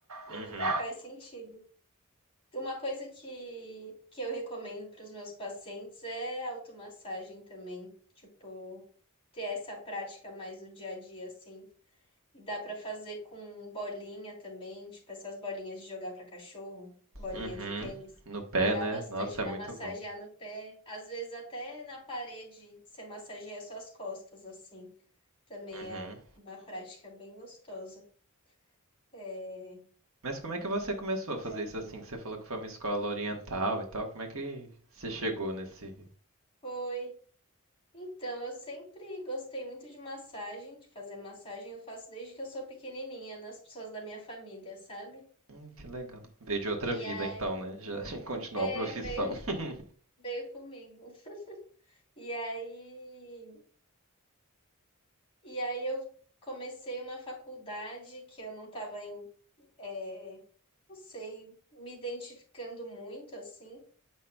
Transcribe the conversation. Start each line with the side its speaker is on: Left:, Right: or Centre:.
Left: e
Right: Uhum.
Left: faz sentido. Uma coisa que, que eu recomendo para os meus pacientes é automassagem também, tipo, ter essa prática mais no dia a dia, assim. E dá pra fazer com bolinha também, tipo essas bolinhas de jogar pra cachorro, bolinha
Right: Uhum.
Left: de tênis.
Right: No pé,
Left: Dá
Right: né?
Left: bastante
Right: Nossa,
Left: pra
Right: é muito
Left: massagear
Right: bom.
Left: no pé. Às vezes até na parede você massageia suas costas assim. Também
Right: Uhum.
Left: é uma prática bem gostosa. É,
Right: Mas como é que você começou
Left: no
Right: a fazer
Left: pé
Right: isso
Left: também.
Right: assim? Que você falou que foi uma escola oriental e tal. Como é que você chegou nesse.
Left: Foi. Então, eu sempre gostei muito de massagem, de fazer massagem. Eu faço desde que eu sou pequenininha, nas pessoas da minha família, sabe?
Right: Hum, que legal. Veio de outra
Left: E
Right: vida
Left: aí,
Right: então, né? Já <laughs> continuou
Left: é,
Right: a profissão.
Left: veio,
Right: <laughs>
Left: veio comigo. E aí, e aí eu comecei uma faculdade que eu não estava em, é, não sei, me identificando muito assim.